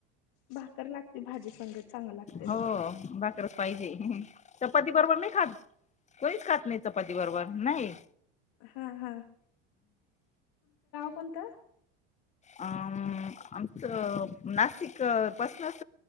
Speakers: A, on the left; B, on the left.
A: भाकर लागते भाजी संगत चांगली लागते
B: हो
A: मग
B: भाकरच पाहिजे ह् चपाती बरोबर नाही खात कोणीच खात नाही चपाती बरोबर नाही.
A: हा हा कोणता
B: आमचं नाशिक पासूनच